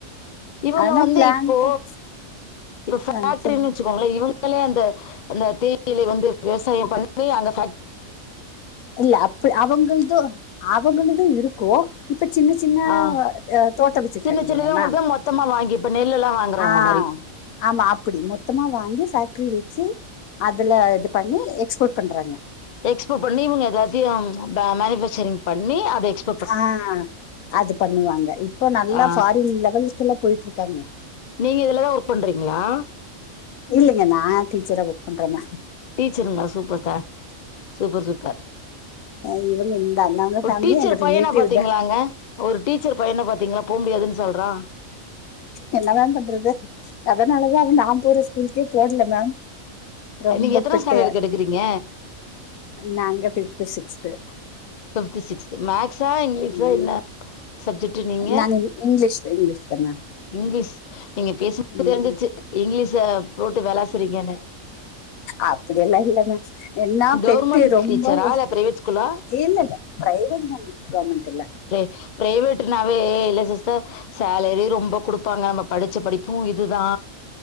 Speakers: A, on the left; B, on the left.
A: இவங்க
B: ஆனா
A: வந்து
B: பிளான்
A: இப்போ
B: பண்
A: இப்ப ஃபேக்டரின்னு
B: ஆ சொல்லுங்க
A: வெச் வெச்சிகோங்களே இவங்களே அந்த அந்த தேயிலை வந்து விவசாய பண்ணி அங்க ஃபேக்ட்
B: இல்ல அப்டி அவங்கள்து அவங்களுது இருக்கும் இப்ப சின்ன சின்ன
A: ஆ
B: அ தோட்டோ வச்சிருக்காங்கலியா
A: சின்ன சின்னதா
B: மேம்
A: உங்களுக்கு மொத்தமா வாங்கி இப்ப நெல்லெல்லா வாங்குறவங்க
B: ஆ
A: மாரி
B: ஆமா அப்டி மொத்தமா வாங்கி ஃபேக்ட்ரி வச்சி அதுல இது பண்ணி எக்ஸ்போர்ட் பண்றாங்க
A: எக்ஸ்போர்ட் பண்ணி இவங்க எதாச்சு அம் மனு ஃபேக்ச்சக்ரிங் பண்ணி அத எக்ஸ்
B: ஆ அது பண்ணுவாங்க இப்ப நல்லா
A: ஆ
B: ஃபாரின் லவல்க்குல எல்லா போயிட்ருக்காங்க
A: நீங்க இதுலதா ஒர்க் பண்றீங்களா
B: இல்லங்க நா டீச்சரா ஒர்க் பண்றங்க
A: டீச்சருங்களா சூப்பர் தா சூப்பர் சூப்பர்
B: அ இவங்க இந்த அண்ணாங்க
A: ஒரு
B: ஃபேமிலி
A: டீச்சர்
B: எங்க
A: பையன
B: ரிலேட்டிவ்
A: பாத்தீங்களாங்க
B: தா
A: ஒரு டீச்சர் பையன பாத்தீங்களா போ முடியாதுன்னு சொல்றா
B: என்ன தா பண்றது அதனாலதா அவ நா போற ஸ்கூலுக்கே போடுல்ல மேம் ரொம்ப
A: நீங்க எத்தன
B: பெட்டு
A: ஸ்டாண்டர்ட்க்கு எடுக்குறீங்க
B: நாங்க ஃபிஃப்த் சிக்ஸ்து
A: ஃபிஃப்த் சிக்ஸ்து மேக்ஸா இங்கிலீஷஸா
B: ம்
A: என்னா சப்ஜெக்ட் ட் நீங்க
B: நாங்க இங் இங்கிலீஷ் இங்கிலீஷ் தா மேம்
A: இங்கிலீஷ் நீங்க பேசும் போதுல
B: ம்
A: இருந்தே தெரிஞ்சிச்சு இங்கிலீஷ போட்டு விளாசுறீங்கன்னு
B: அப்டிய எல்லா இல்ல மே என்னா பெட்டு
A: கவர்மெண்ட்
B: ரொம்ப
A: டீச்சரா
B: ஒர்ஸ்ட்
A: இல்ல பிரைவேட் ஸ்கூலா
B: இல்ல இல்ல பிரைவேட் தா மேம் கவர்மண்ட் இல்ல
A: பிரே பிரைவேட் நாவே இல்ல சிஸ்டர் சேலரி ரொம்ப குடுப்பாங்க நம்ம படிச்ச படிப்பு இதுதா